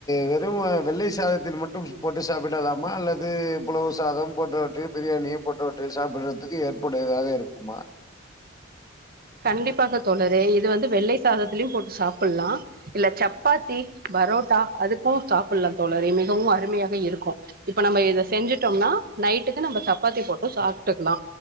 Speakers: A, on the left; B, on the right.
A: வெறும வெள்ளை சாதத்தில் மட்டும் போட்டு சாப்பிடலா மா அல்லது புலவ் சாதம் போன்றவற்றில் பிரியாணி போன்றவற்றில் சாப்பிட்றதுக்கு ஏற்புடையதாக இருக்குமா
B: கண்டிப்பாக தோழரே இது வந்து வெள்ளை சாதத்துலியும் போட்டு சாப்பல்லா இல்ல சப்பாத்தி பரோட்டா அதுக்கு சாப்பில்லா தோழரே மிகவு அருமையாக இருக்கு இப்ப நம்ம இத செஞ்சிட்டோம்னா நைட்டுக்கு நம்ம சப்பாத்தி போட்டு சாப்ட்டுக்லா